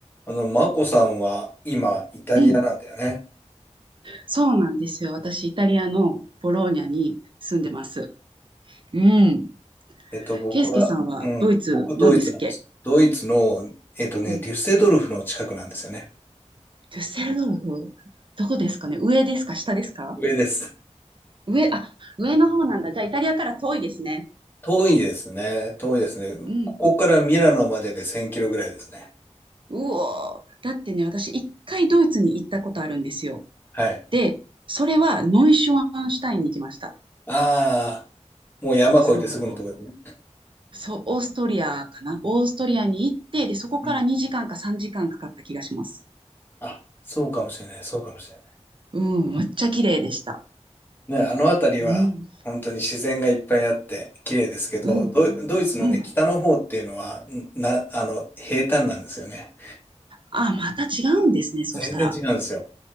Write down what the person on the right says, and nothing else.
うん、そうなんですよ。私、イタリアのボローニャに住んでます。うん。
ケイスケさんはドイツなんですっけ
うん。
デュッセルドルフ、どこですかね上ですか下ですか
上、あ、上の方なんだ。じゃあ、イタリアから遠いですね。
うん。
うおー。だってね、私、一回ドイツに行ったことあるんですよ。
で、それはノイシュワンシュタインに行きました。
そう。そう、オーストリアかなオーストリアに行って、で、そこから2時間か3時間かんかかった気がします。
うん、めっちゃ綺麗でした。
うん。
うん、
うん。
あ、また違うんですね、そしたら。